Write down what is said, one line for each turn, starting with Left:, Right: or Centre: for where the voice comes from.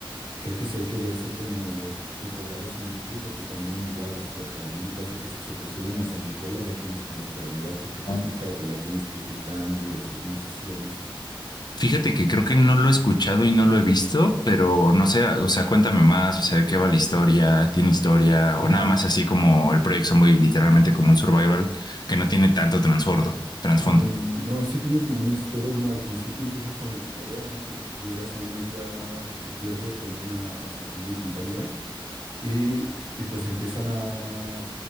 Right: creo que sí hay que verse como tutoriales en YouTube, porque también igual las cortaditas o que si se te sube una sanguijuela ya tienes como enfermedad porque te
Left: Ah.
Right: pica o te las tienes que ir quitando y así. No sé si lo has visto.
Left: Fíjate que creo que no lo he escuchado y no lo he visto, pero no sé, o sea, cuéntame más, o sea, de qué va la historia, tiene historia
Right: Ajá.
Left: o nada más así como el Project Zomboid, literalmente como un survival que no tiene tanto transbordo, trasfondo.
Right: Mm, No, sí tiene como una historia. Bueno, al principio empiezas con el tutorial, ¿no? Que llegas a una isla que te pierdes con una, o sea, con una compañera Y, y pues empiezan a,